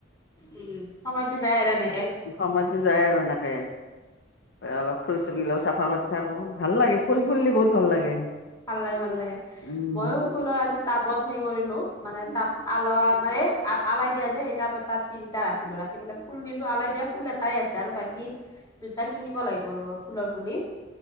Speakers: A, on the left (about 20°); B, on the left (about 60°).
A: উম সময়তো যায় আৰু এনেকে।
B: সময়তো যায় আৰু এনেকে অলপ ফুল চুকি লও চাফা থাকো ভাল লাগে, ফুল ফুললে বহুত ভাল লাগে।
A: ভাল লাগে ভাল লাগে,
B: উম
A: মইয়ো ফুলৰ আজি টাবত সে কৰিলো মানে টাব আলৰ মানে আলাই দিয়া যে সেই টাপ এটা তিনিটা ৰাখিলো ৰাখি মেলে ফুল দিলো, আলাই দিয়া ফুল এটা পাই আছে আৰু, বাকী দুটা কিনিব লাগিব আৰু ফুলৰ পুলি।